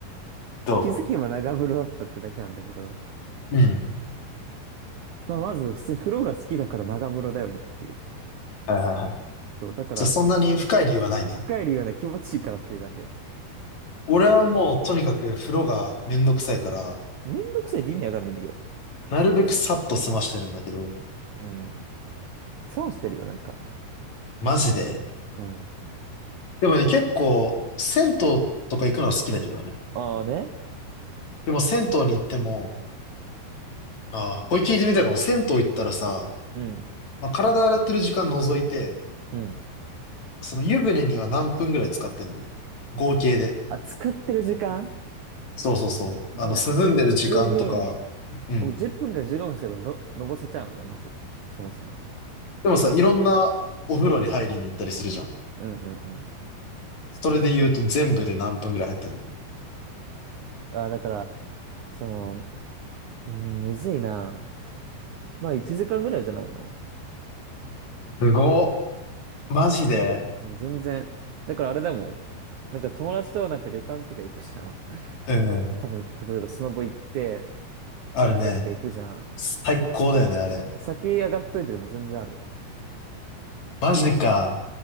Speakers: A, on the left; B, on the right.
A: ど
B: 気づけば長風呂だったってだけなんだけど。
A: ううん。
B: まあ、まず、普通に風呂が好きだから長風呂だよねっていう。
A: はいはいはい。
B: そう、だから、
A: じゃあそんなに深い理由はないね。
B: 深い理由はね、気持ちいいからっていうだけ。
A: 俺はもうとにかく風呂がめんどくさいから、
B: めんどくさいって意味わかんないんだけど。
A: なるべくさっと済ましてるんだけど、
B: うん。損してるよ、なんか。
A: マジで。
B: うん。
A: でもね、結構、銭湯とか行くのは好きだけどね。
B: ああね。
A: でも銭湯に行っても、ああ、これ聞いてみたいかも。銭湯行ったらさ、
B: うん。
A: まあ、体洗ってる時間除いて、
B: うん。
A: その湯船には何分ぐらい使ってんの合計で。
B: あ、使ってる時間
A: そうそうそう。
B: 別にな、
A: あの、涼んでる時間とか、
B: 普通に、
A: うん。
B: もう10分から15分すればの、のぼせちゃうのね、まず。そもそも。
A: でもさ、いろんなお風呂に入りに行ったりするじゃん。
B: うんうんうん。
A: それで言うと全部で何分ぐらい入ってんの
B: あ、だから、その、うん、むずいな。まあ、1時間ぐらいじゃないの
A: すごっ。マジで
B: もう全然。だからあれだもん。なんか友達となんか旅館とか行くじゃん。<laughs>
A: うん。
B: 多分、例えばスノボ行って、銭湯とか行くじゃん。
A: あるね。最高だよね、あれ。
B: 先上がっといてでも全然ある。
A: マジか。